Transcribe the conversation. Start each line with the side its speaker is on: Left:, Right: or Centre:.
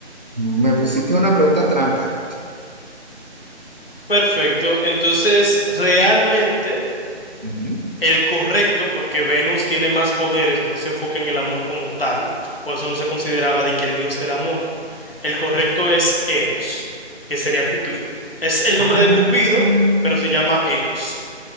Right: Me pusiste una pregunta trampa.
Left: Perfecto. Entonces, realmente...
Right: Ujú.
Left: El correcto, porque Venus tiene más poderes, no se enfoca en el amor como tal, por eso no se consideraba de que el dios del amor. El correcto es Eros, que sería Cupido. Es el nombre
Right: Ah,
Left: de Cupido,
Right: ah.
Left: pero se llama Eros.